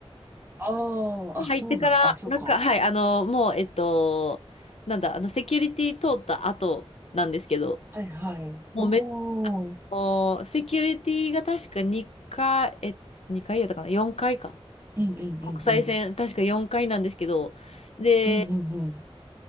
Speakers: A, on the right; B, on the left.
A: あ、あ、
B: 入ってから、
A: そうなの。あ、そうか。
B: なんか、はい、あの、もう、えっと、なんだ、あの、セキュリティ通った後なんですけど、
A: はいはい。
B: もうめ、
A: おー。
B: もう、セキュリティが確か2回、え、2回やったかな ?4 回か。
A: うんうんうんうん。
B: 国際線、確か4回なんですけど、で、
A: うんうんうん。